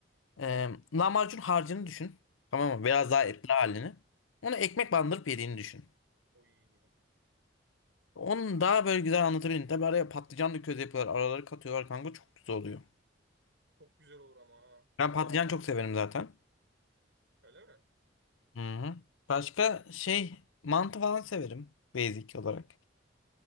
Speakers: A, on the left (about 85°); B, on the right (about 70°).
A: Ee, lahmacun harcını düşün. Tamam mı?
B: Evet.
A: Biraz daha etli halini. Onu ekmek bandırıp yediğini düşün.
B: Oy.
A: Onu daha böyle güzel anlatabilirim. Tabii araya patlıcan da köz yapıyorlar. Araları katıyorlar kanka. Çok güzel oluyor.
B: Çok güzel olur ama ha.
A: Ben patlıcan çok severim zaten.
B: Öyle mi?
A: Hı hı. Başka şey mantı falan severim. Basic
B: Hı.
A: olarak.